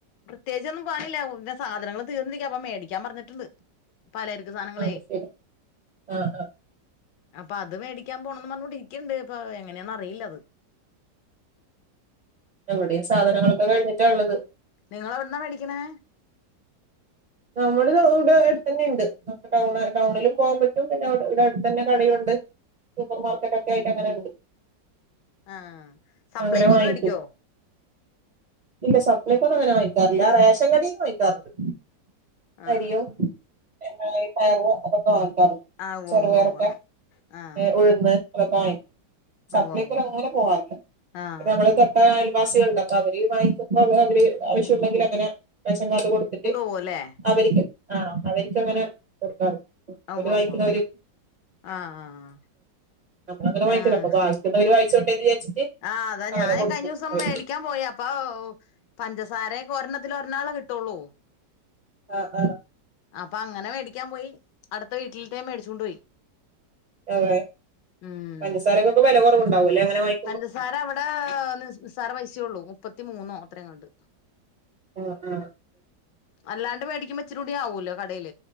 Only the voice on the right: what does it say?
അത് ശരി ആഹ് ആഹ്
എവിടെയും സാധനങ്ങളൊക്കെ കഴിഞ്ഞിട്ടാള്ളത്
നമ്മൾ ഇവിടെ അടുത്ത് തന്നെ ഉണ്ട് നമുക്ക് ടൗണ ടൗണിലും പോകാൻ പറ്റും പിന്നെ ഇവിടെ അടുത്ത് തന്നെ കടയുണ്ട് സൂപ്പർ മാർക്കറ്റ് ഒക്കെ ആയിട്ട് അങ്ങനെ ഉണ്ട്
അങ്ങനെ വാങ്ങിക്കും
ഇല്ല സപ്ലൈ കൊങ്ങനെ വാങ്ങിക്കാറില്ല റേഷൻ കടേന്ന് വാങ്ങിക്കാറുണ്ട്
അരിയോ എന്നായൊ പയർ അതൊക്കെ വാങ്ങിക്കാറുണ്ട്
ചെറുപയറൊക്കെ
ഏ ഉഴുന്ന് അതൊക്കെ വാങ്ങിക്കും സപ്ലൈക്കോ
അങ്ങനെ പോവാറില്ല
നമ്മള് തൊട്ട അയൽവാസികൾ ഉണ്ട് അപ്പൊ അവര് വാങ്ങിക്കുമ്പോ അവ അവര് ആവശ്യമുണ്ടെങ്കിൽ അങ്ങനെ റേഷൻ കാർഡ് കൊടുത്തിട്ട്
അവരിക്ക് ആഹ് അവർക്ക് അങ്ങനെ കൊടുക്കാർ
അവര് വാങ്ങിക്കുന്നവര്
നമ്മളങ്ങനെ വാങ്ങിക്കില്ലാ
അപ്പൊ ബാക്കിയുളളവർ വാങ്ങിച്ചോട്ടെ എന്ന് വിചാരിച്ചിട്ട്
അങ്ങനെ
കൊടുക്കും
അവർക്ക്
ആ ആ
അതെ
പഞ്ചസാരൊക്കെ വില കുറവ് ഉണ്ടാവുല്ലേ അങ്ങനെ വാങ്ങി
ആ ആ